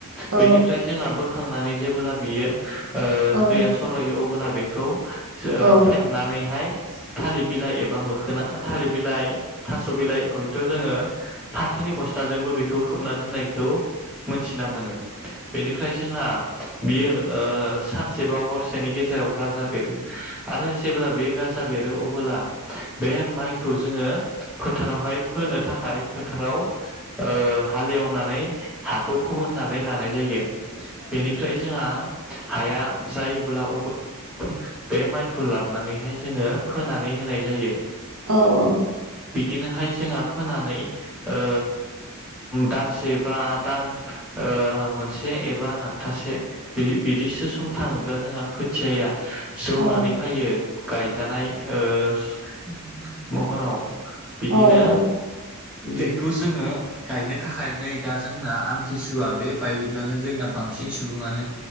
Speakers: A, on the right; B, in the centre.
A: औ
B: बेनिफ्राय जोंहा बोखांनानै जेबोब्ला बेयो ओ
A: औ
B: दैया सरायो अ ब्ला बेखौ सो
A: औ
B: फेनानैहाय थालिर बिलाइ एबा मोखोना थालिर बिलाइ थास' बिलाइ हयथ' जोङो फाथोनि बस्थाजोंबो बे खौ खोबना दोननायखौ मोनथिना मोनो। बेनिफ्राय जोंहा बियो ओ सानसेबा हर से नि गेजेराव गाजा बेरो आरो जेब्ला बे गाजा बेरो अबोला बे खौ जोङो फोथारावहाय फोनो थाखाय फोथाराव ओ हालेवनानै हाखौ फोमोननानै लानाय जायो। बेनिफ्राय जोंहा हाया जायोब्ला <unintelligible> बे माइखौ लाबोनानैहाय जोङो फोनानै होनाय जायो।
A: औ औ।
B: बिदिनोहाय जोंहा फोनानै ओ दानसे बा दान ओ मोनसे एबा हाप्तासे बिदि बिदिसो सम थाङोब्ला जोंहा खोथियाया
A: नंगौ
B: जौनानै फैयो गायजानाय ओ <inaudible> <inaudible> महराव। बिदिनो
A: औ औ।
B: बेखौ जोङो गायनो थाखाय नै दा जोंना टिसुवआ बे बायोब्लानो जोंना बांसिन सुबुङानो